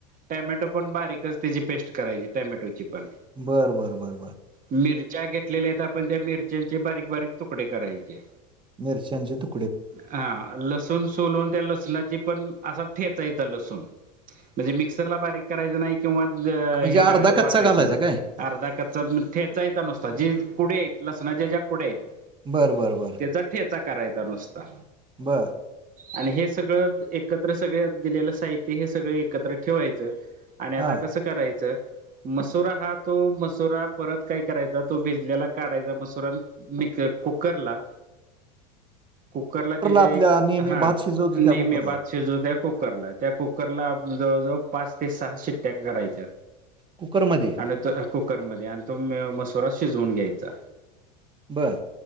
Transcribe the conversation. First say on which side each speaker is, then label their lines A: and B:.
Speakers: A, on the right; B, on the right.
A: टॅमॅटो पण बारीकच त्याची पेस्ट करायची टॅमॅटोची पण,
B: बरं बरं बरं बरं
A: मिरच्या घेतलेल्या आहेत आपण त्या मिरच्याचे बारीक बारीक तुकडे करायचे.
B: मिरच्यांचे तु
A: हा. लासू सून सोलून त्या लसणाची पण अस ठेचायचा लसूण म्हणजे मिक्सरला बारीक करायचं नाही किंवा
B: म्हणजे
A: हे
B: अर्धा
A: करायचं
B: कच्चा
A: वाटायचं
B: घालायचा
A: नाही.
B: काय
A: अर्धा कच्चा ठेचायचा नुसता जे कुड आहेत लसणाच्या ज्या कुड्या आहेत
B: बरं बरं बरं.
A: तेचा ठेचा करायचा नुसता.
B: बरं‌.
A: आणि हे सगळं एकत्र सगळ दिलेलं साहित्य हे सगळ एकत्र ठेवायचं आणि आता
B: हां
A: कसं करायचं मसुरा हा तो मसुरा परत काय करायचा तो भिजलेला काढायचा मसुरा आणि मी कुकर ला कुकरला त्याच्या
B: आपल्या
A: एक
B: नेहमी
A: हा
B: भात शिजवतो
A: नेहमीे
B: त्या कुकरला
A: बाच शेजूद्या कुकरला त्या कुकरला आप जवळजवळ पाच ते सहा शिट्ट्याक करायच्या.
B: कुकरमध्ये.
A: आणि त कुकरमध्ये आणि तो मसुरा शिजवून घ्यायचा.
B: बरं.